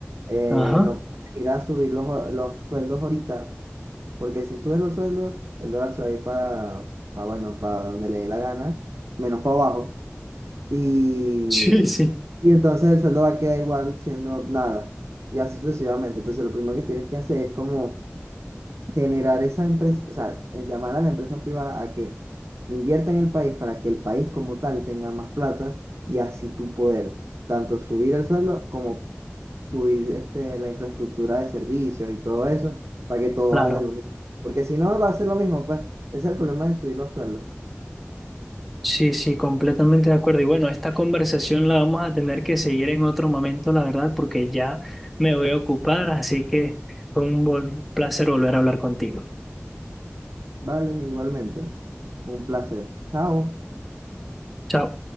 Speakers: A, on the right; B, in the centre.
A: Eh,
B: Ajá.
A: no ir a subir los, hor- los sueldos ahorita, porque si subes los sueldos, el dólar se va a ir para, bueno, para donde le dé la gana, menos para abajo. Y,
B: Sí, sí.
A: y entonces el sueldo va a quedar igual siendo nada. Y así sucesivamente. Entonces lo primero que tienes que hacer es como generar esa empresa, o sea, el llamar a la empresa privada a que invierta en el país para que el país como tal tenga más plata y así tú poder tanto subir el sueldo como subir este, la infraestructura de servicios y todo eso para que todo
B: Claro,
A: vaya al unísono. Porque si no va a ser lo mismo, pues. Ese es el problema de subir los sueldos.
B: sí, sí, completamente de acuerdo. Y bueno, esta conversación la vamos a tener que seguir en otro momento, la verdad, porque ya me voy a ocupar, así que fue un buen placer volver a hablar contigo.
A: Vale, igualmente. Un placer. Chao.
B: Chao.